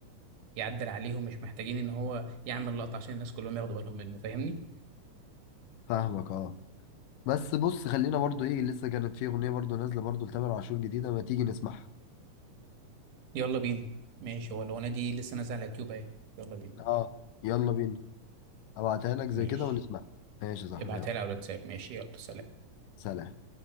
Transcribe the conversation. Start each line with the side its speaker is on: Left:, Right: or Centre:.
Right: يعدل عليهم مش محتاجين ان هو يعمل لقطه عشان الناس كلهم ياخدوا بالهم منه فاهمني
Left: فاهمك أه بس بص خلينا برضو إيه لسه كانت في أغنية برضو نازلة برضو لتامر عاشور جديدة ما تيجي نسمعها
Right: يلا بينا ماشي هو لو انا دي لسه نازله على اليوتيوب اهي يلا بينا
Left: أه يلا بينا أبعتها لك زي
Right: ماشي
Left: كده ونسمعها ماشي يا صاحبي
Right: ابعتها
Left: يلا
Right: لي على الواتساب ماشي يلا سلام
Left: سلام